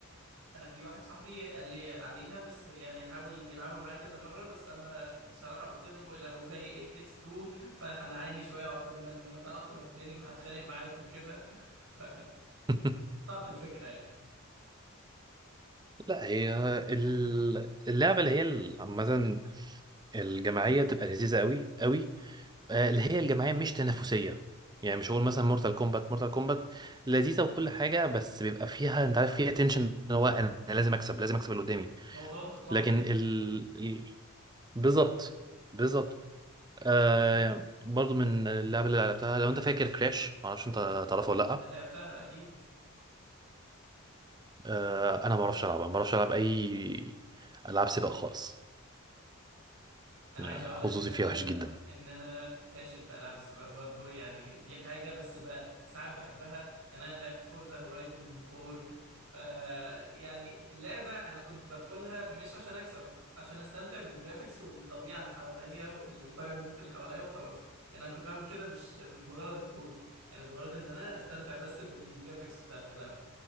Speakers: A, on the right; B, on the right.
A: انا في واحد صاحبي قال لي عليها بس يعني حاول يلعبها معايا كذا مرة بس انا بصراحة قلت له لو زي ايه تكس 2 فهنعاني شوية عقبال ما نتأقلم تاني وهتخانق معاك وكده <laughs> فقطعت
B: <laughs>
A: الفكرة يعني
B: لا هي ال- اللعبه اللي هي ال- عامه الجماعيه بتبقى لذيذه قوي قوي آه، اللي هي الجماعيه مش تنافسيه يعني مش هقول مثلا مورتال كومبات مورتال كومبات لذيذه وكل حاجه بس بيبقى فيها انت عارف فيها تنشن ان هو انا لازم اكسب لازم اكسب اللي قدامي
A: موضوع انتقامي
B: لكن ال... ال- بالظبط بالظبط آه برضو من اللعب اللي لعبتها لو انت فاكر كراش معرفش انت تعرفه ولا لا
A: لعبتها اكيد
B: آه انا ما بعرفش العبها ما بعرفش العب اي العاب سباق خالص
A: انا
B: آه،
A: عايز اقول لك
B: حظوظي
A: ان انا
B: فيها وحش جدا
A: ان انا فاشل في العاب السباق برضو يعني دي حاجه بس بقى ساعات بحبها يعني انا لعبت فورزا هورايزون 4 آه يعني اللعبه انا كنت بدخلها مش عشان اكسب عشان استمتع بالجرافيكس والطبيعه اللي حواليا والانفايرمنت اللي حواليا وخلاص يعني انا كنت بعمل كده مش مش بغرض الفوز يعني بغرض ان انا استمتع بس بالجرافيكس بتاعت اللعبه